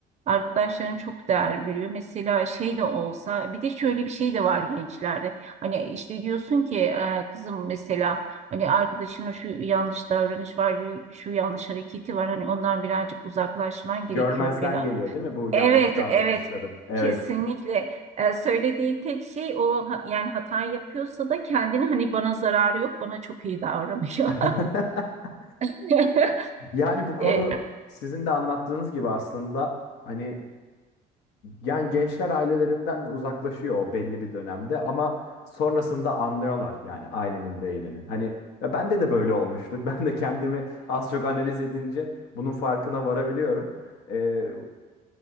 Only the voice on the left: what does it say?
Görmezden
geliyor değil mi bu yanlış
davranışları?
Evet.
<laughs>
Yani bu konu
sizin de anlattığınız gibi aslında hani yani gençler ailelerinden uzaklaşıyor o belli bir dönemde ama sonrasında anlıyorlar yani ailenin değerini. Hani ve bende de böyle olmuştu. <laughs> Ben de kendimi az çok analiz edince bunun farkına varabiliyorum. Ee,